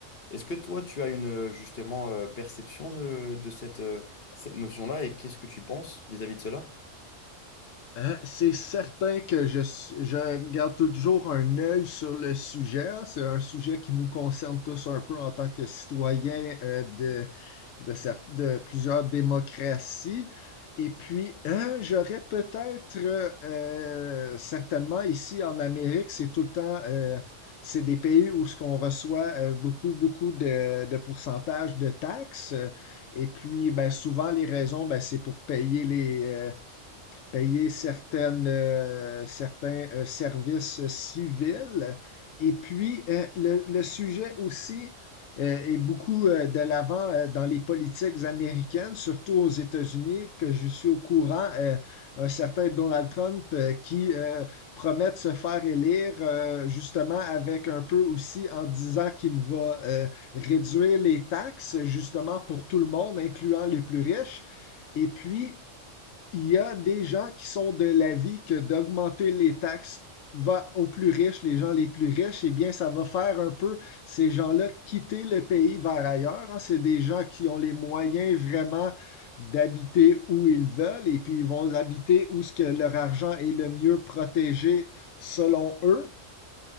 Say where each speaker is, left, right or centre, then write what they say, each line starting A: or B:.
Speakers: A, on the left; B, on the left.
A: Est-ce que toi, tu as une euh, justement euh, perception de, de cette, euh, cette notion-là et qu'est-ce que tu penses vis-à-vis de cela?
B: Euh, c'est certain que je, s- je garde toujours un œil sur le sujet. C'est un sujet qui nous concerne tous un peu en tant que citoyens euh, de, de, cer- de plusieurs démocraties. Et puis, euh, j'aurais peut-être euh, euh, certainement ici en Amérique, c'est tout le temps, euh, c'est des pays où ce qu'on reçoit euh, beaucoup, beaucoup de, de pourcentages de taxes. Et puis, ben, souvent, les raisons, ben, c'est pour payer les, euh, payer certaines, euh, certains euh, services civils. Et puis, euh, le, le sujet aussi euh, est beaucoup euh, de l'avant euh, dans les politiques américaines, surtout aux États-Unis, que je suis au courant, euh, un certain Donald Trump euh, qui euh, promet de se faire élire, euh, justement avec un peu aussi en disant qu'il va euh, réduire les taxes, justement pour tout le monde, incluant les plus riches. Et puis, il y a des gens qui sont de l'avis que d'augmenter les taxes va aux plus riches, les gens les plus riches, eh bien, ça va faire un peu ces gens-là quitter le pays vers ailleurs. hein. C'est des gens qui ont les moyens vraiment d'habiter où ils veulent et puis ils vont habiter où ce que leur argent est le mieux protégé selon eux